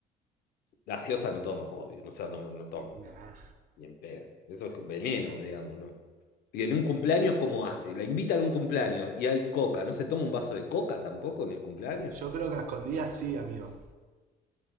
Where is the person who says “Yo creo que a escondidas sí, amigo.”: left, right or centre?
Right